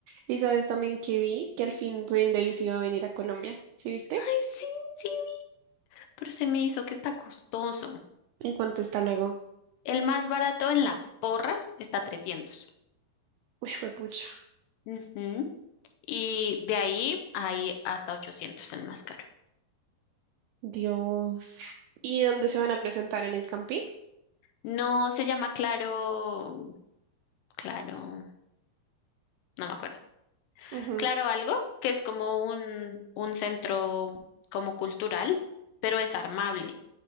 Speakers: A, on the right; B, on the left.
A: Y sabes también que vi que al fin Green Day se iba a venir a Colombia. ¿Sí viste?
B: Ay, sí, sí, pero se me hizo que está costoso.
A: ¿En cuánto está luego?
B: El más barato en la porra está trescientos.
A: Uy, fue pucha.
B: Ujú. Y de ahí hay hasta ochocientos, el más caro.
A: Dios. ¿Y dónde se van a presentar? ¿En el Campín?
B: No se llama Claro, Claro, no me acuerdo.
A: Ujú.
B: Claro algo, que es como un, un centro como cultural, pero es armable.